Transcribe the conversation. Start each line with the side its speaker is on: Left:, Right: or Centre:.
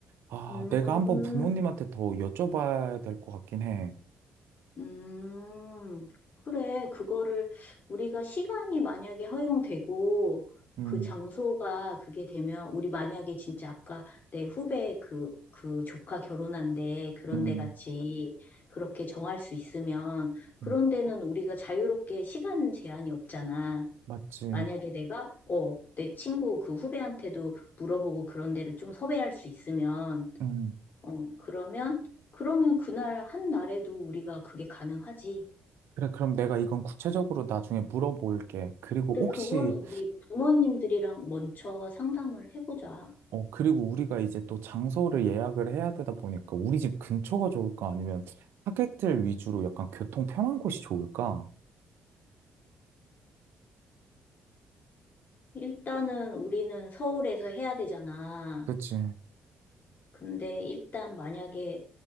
Right: 아,
Left: 음,
Right: 내가 한번 부모님한테 더 여쭤봐야 될 것 같긴 해.
Left: 음, 그래. 그거를 우리가 시간이 만약에 허용되고
Right: 음,
Left: 그 장소가 그게 되면 우리 만약에 진짜 아까 내 후배 그, 그 조카 결혼한데 그런
Right: 음,
Left: 데 같이 그렇게 정할 수 있으면 그런
Right: 음,
Left: 데는 우리가 자유롭게 시간 제한이 없잖아.
Right: 맞지.
Left: 만약에 내가, 어, 내 친구 그 후배한테도 물어보고 그런 데를 좀 섭외할 수 있으면,
Right: 음.
Left: 어, 그러면, 그러면 그날 한 날에도 우리가 그게 가능하지.
Right: 그래, 그럼 내가 이건 구체적으로 나중에 물어볼게. 그리고
Left: 근데
Right: 혹시,
Left: 그건 우리 부모님들이랑 먼저 상담을 해보자.
Right: 어, 그리고 우리가 이제 또 장소를 예약을 해야 되다 보니까 우리 집 근처가 좋을까? 아니면 하객들 위주로 약간 교통 편한 곳이 좋을까?
Left: 일단은 우리는 서울에서 해야 되잖아.
Right: 그치.
Left: 근데 일단 만약에